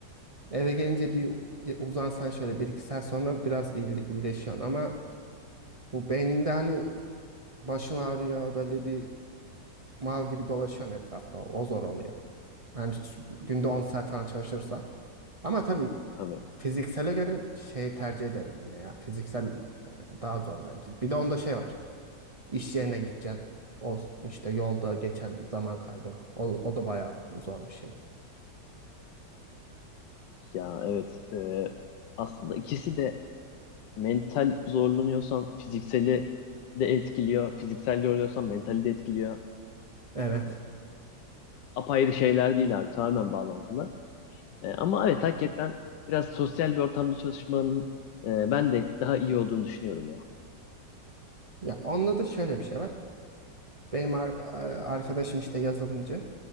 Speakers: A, on the right; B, on the left.
A: eve gelince bir uzansan şöyle bir iki saat sonra biraz iyile- iyileşiyorsun ama bu beyninde hani başın ağrıyor böyle bir mal gibi dolaşıyorsun etrafta o zor oluyor. Yani s- günde 10 saat falan çalışırsan. Ama tabii
B: Tabii.
A: fiziksele göre şey tercih ederim yine ya. Fiziksel e, daha zor bence. Bir de onda şey var. İş yerine gideceksin. O işte yolda geçen zaman kaybı. O, o da bayağı zor bir şey.
B: Ya evet. Ee, aslında ikisi de mental zorlanıyorsan fizikseli de etkiliyor. Fiziksel yoruluyorsan mentali de etkiliyor.
A: Evet.
B: Yani apayrı şeyler değil abi. Tamamen bağlantılı. Ee, ama evet hakikaten biraz sosyal bir ortamda çalışmanın e, ben de daha iyi olduğunu düşünüyorum ya.
A: Ya onda da şöyle bir şey var. Benim ar- ar- arkadaşım işte yazılımcı